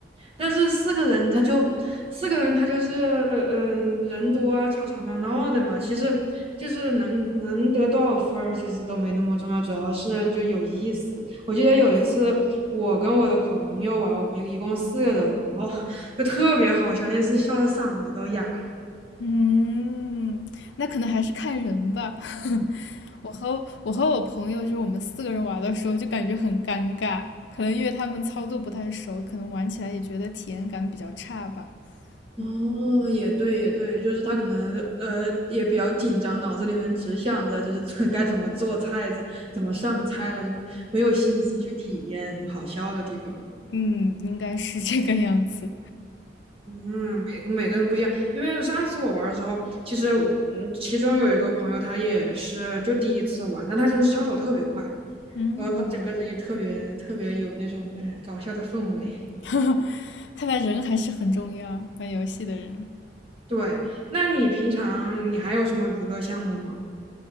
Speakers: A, on the right; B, on the left.
A: 但是四个人他就四个人他就是嗯、呃人多啊，吵吵闹闹的嘛。其实就是能能得多少分儿，其实都没那么重要，主要是就有意思。我记得有一次我跟我的朋友玩我们一共四个人嘛，然后就特别好笑，那次笑的嗓子都哑。
B: 嗯，那可能还是看人吧。<laughs> 我和我和我朋友，就是我们四个人玩的时候，就感觉很尴尬，可能因为他们操作不太熟，可能玩起来也觉得体验感比较差吧。
A: 哦，
B: 嗯
A: 也对，也对，就是他可能呃也比较紧张，脑子里面只想着就是 <laughs> 该怎么做菜，怎怎么上菜了，就没没有心思去体验好笑的地方。
B: 嗯，应该是这个样子。
A: 嗯，每个每个人不一样，因为上次我玩儿的时候，其实我嗯，其中有一个朋友他也是就第一次玩，但他真是上手特别快，
B: 嗯，
A: 然后他整个人也特别特别有那种哎搞笑的氛围。
B: <laughs> 看来人还是很重要，玩游戏的人。
A: 对，那你平常你还有什么娱乐项目吗？